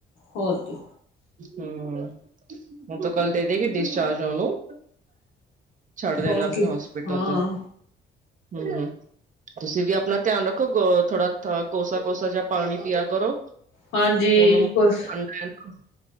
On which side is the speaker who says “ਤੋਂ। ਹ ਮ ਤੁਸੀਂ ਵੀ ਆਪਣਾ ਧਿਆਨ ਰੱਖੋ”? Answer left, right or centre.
Right